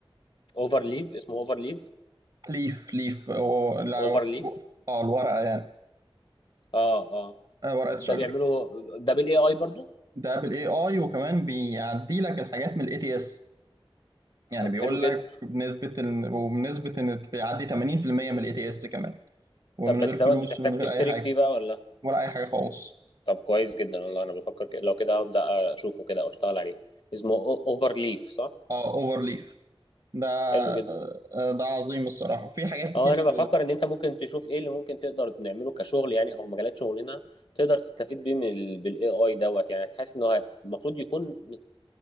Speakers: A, on the left; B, on the right.
A: اوفر ليف اسمه اوفر ليف
B: ليف ليف هو لو
A: اوفر ليف
B: فوق- اه الورقه يعني
A: اه اه
B: آه، ورقه الشجر
A: ده بيعمله ده بالاي اي برضو
B: ده بالاي اي وكمان بيعدي لك الحاجات من الاي تي اس يعني
A: طب
B: بيقول
A: حلو جدا
B: لك بنسبه ان وبنسبه ان بيعدي 80% من الاي تي اس كمان ومن
A: طب بس
B: غير فلوس
A: دوت بتحتاج
B: ومن غير
A: تشترك
B: اي حاجه
A: فيه بقى ولا
B: ولا اي حاجه خالص
A: طب كويس جدا والله انا بفكر كده لو كده هبدا اشوفه كده او اشتغل عليه اسمه اوفر ليف صح
B: اه اوفر ليف ده
A: حلو جدا
B: آه، آه، ده عظيم الصراحه في حاجات
A: اه
B: كتير
A: انا بفكر ان انت ممكن تشوف ايه اللي ممكن تقدر نعمله كشغل يعني او مجالات شغلنا تقدر تستفيد بيه من ال... بالاي اي دوت يعني حاسس ان هو المفروض يكون